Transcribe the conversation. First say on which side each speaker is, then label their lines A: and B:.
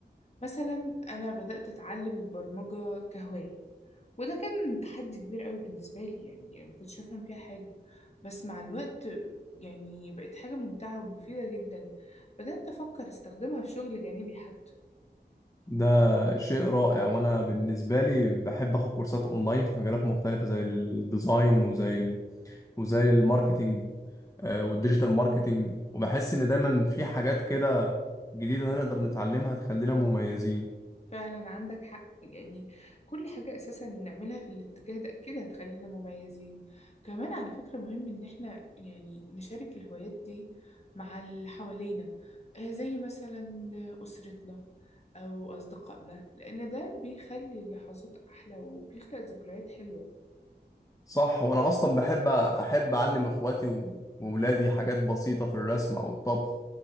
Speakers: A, on the left; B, on the left.
A: مثلا أنا بدأت أتعلم البرمجة كهواية وده كان تحدي كبير قوي بالنسبة لي يعني ما كنتش أفهم فيها حاجة بس مع الوقت يعني بقت حاجة ممتعة ومفيدة جدا بدأت أفكر استخدمها في شغل جانبي حتى
B: ده شيء رائع وانا بالنسبه لي بحب اخد كورسات اونلاين في مجالات مختلفه زي الديزاين وزي ال... وزي الماركتينج آه، والديجيتال ماركتينج وبحس ان دايما في حاجات كده جديده نقدر نتعلمها تخلينا مميزين
A: فعلا عندك حق يعني كل حاجة أساسا نعملها في الاتجاه ده أكيد هتخلينا مميزين كمان على فكرة مهم إن إحنا يعني نشارك الهوايات دي مع اللي حوالينا آه، زي مثلا أسرتنا أو أصدقائنا لأن ده بيخلي اللحظات أحلى وبيخلق ذكريات حلوة
B: صح وانا اصلا بحب احب اعلم اخواتي و- واولادي حاجات بسيطه في الرسم او الطبخ